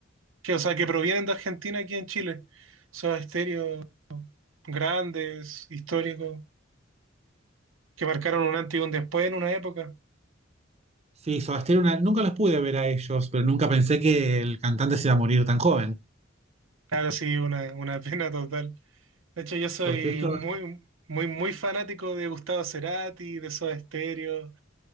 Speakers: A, on the right (about 80°); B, on the right (about 35°).
A: Que, o sea, que provienen de Argentina aquí en Chile. Son Estéreo grandes, históricos, que marcaron un antes y un después en una época.
B: Sí, Soda Stereo, una- nunca los pude ver a ellos, pero nunca pensé que el cantante se iba a morir tan joven.
A: Claro, sí, una, una pena total. De hecho, yo soy
B: Porque ellos
A: muy, muy, muy fanático de Gustavo Cerati, de Soda Stereo,